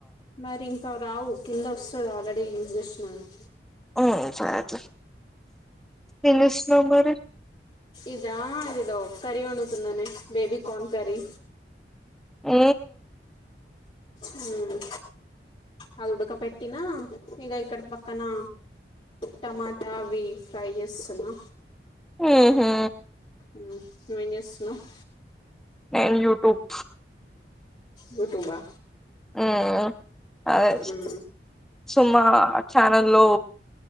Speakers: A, on the left; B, in the centre.
A: మరి ఇంకా రావు కింద వస్తది ఆల్రెడీ యూజ్ చేశిన వని
B: ఊ సరేలే ఏం చేస్తున్నవ్ మరి
A: ఇదా ఇదో కర్రీ వండుతున్ననే బేబీ కార్న్ కర్రీ.
B: ఊ
A: హ్ము అది ఉడక పెట్టినా ఇగ ఇక్కడ పక్కనా టమాటా అవ్వీ ఫ్రై చేస్తున్నా.
B: ఊహూ
A: ఊ నువ్ ఏం చేస్తున్నావ్
B: నేన్ యూట్యూబ్
A: యూట్యూబా
B: ఊ అదే
A: ఉమ్
B: సుమా ఛానెల్లో.